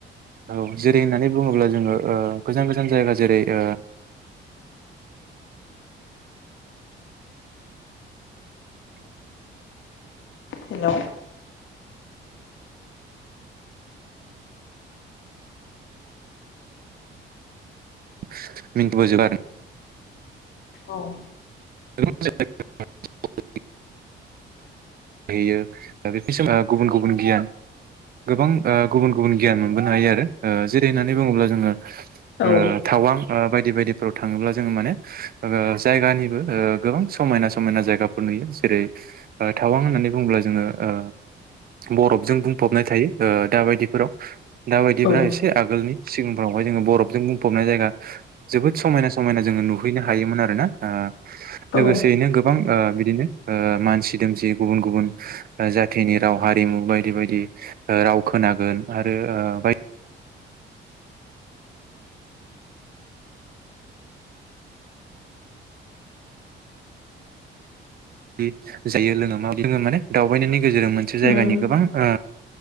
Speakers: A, on the right; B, on the left.
A: औ जेरै होननानै बुङोब्ला जोङो ओ गोजान गोजान जायगा जेरै ओ
B: हेल'
A: <unintelligible> <inaudible>
B: औ
A: <unintelligible> <unintelligible> हैयो दा <unintelligible> गुबुन गुबुन गियान गोबां ओ गुबुन गुबुन गियान मोनबोनो हायो आरो जेरै होननानै बुङोब्ला जोङो ओ
B: औ
A: थावां ओ बायदि बायदि बायदिफ्राव थाङोब्ला जोङो माने ओ जायगानिबो ओ गोबां समायना समायना जायगाफोर नुयो जेरै थावां होननानै बुङोब्ला जोङो ओ बरफजों बुंफबनाय थायो ओ दाबायदिफोराव दाबायदिफोरा
B: औ
A: एसे आगोलनि सिगांफ्रावहाय जोङो बरफजों बुंफबनाय जायगा जोबोद समायना समायना जोङो नुहैनो हायोमोन आरो ना <unintelligible> लोगोसेयैनो
B: औ
A: गोबां ओ बिदिनो ओ मानसि दोमसि गुबुन गुबुन जाथिनि राव हारिमु बायदि बायदि राव खोनागोन आरो ओ बाय बि जायो लोङो मा बि जोङो माने दावबायनायनि गेजेरजों मोनसे
B: उम
A: जायगानि गोबां ओ